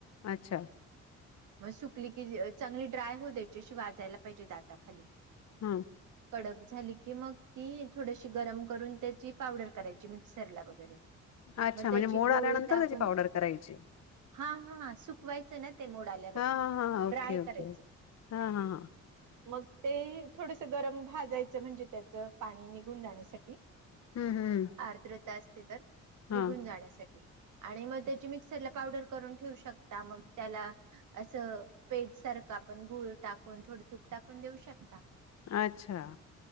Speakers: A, on the left; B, on the right.
A: अच्छा
B: मग सुकली की चांगली ड्राय होऊ द्यायची अशी वाजायला पाहिजे दाताखाली
A: हम्म.
B: कडक झालीकी मग ती थोडशी गरम करून त्याची पावडर करायची मिक्सरला वगैरे
A: अच्छा
B: मग
A: म्हणजे
B: त्याची
A: मोड
B: गुळ
A: आल्यानंतर
B: टाकून
A: त्याची पावडर करायची.
B: हा हा सु वयचं ना ते मोड आल्यावर
A: हा हा हा ओके
B: ड्राय
A: ओके
B: करायचं.
A: हा हा हा
B: मग ते थोडेसे गरम भाजायच म्हणजे त्याच पाणी निघून जाण्यासाठी
A: हम्म हम्म
B: <unintelligible> आर्द्र तास तर निघून
A: हा
B: जाण्यासाठी आणि मग त्याची मिक्सरला पावडर करून ठेवू शकता मग त्याला असं पेज सारखं आपण गूळ टाकून थोडं तूप टाकून देऊ शकता.
A: अच्छा
B: <unintelligible>